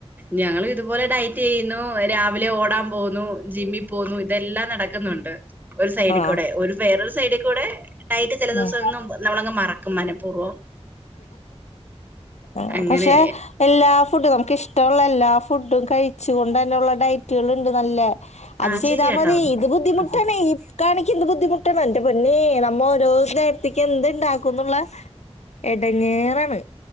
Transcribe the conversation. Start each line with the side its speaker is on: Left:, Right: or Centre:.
Right: ഞങ്ങളിതുപോലെ ഡയറ്റെയ്യുന്നു രാവിലെ ഓടാൻ പോവുന്നു ജിമ്മി പോവുന്നു ഇതെല്ലാം നടക്കുന്നുണ്ട്. ഒരു സൈഡിക്കൂടെ
Left: ആ
Right: ഒരു വേറൊരു സൈഡിക്കൂടെ ഡയറ്റ് ചെല
Left: ഉം
Right: ദിവസംന്നും നമ്മളങ്ങ് മറ ക്കും മനഃപൂർവ്വം
Left: ആ
Right: അങ്ങനെ
Left: പക്ഷെ എല്ലാ ഫുഡും നമുക്കിഷ് ടൊള്ള എല്ലാ ഫുഡും കഴിച്ചു കൊണ്ടെന്നെള്ള ഡയറ്റുകളുണ്ട് നല്ലേ. അത്
Right: ആഹ്
Left: ചെയ്താ
Right: ശരിയാട്ടോ
Left: മതി ഇത് ബുദ്ധിമുട്ടാണേയ്.
Right: ഉം
Left: കാണിക്ക എന്ത് ബുദ്ധിമുട്ടന്ന എന്റെ പൊന്നേ നമ്മ ഓരോ നേരത്തേക്ക് എന്ത്ണ്ടാക്കും എന്നുള്ള എടങ്ങേറാണ്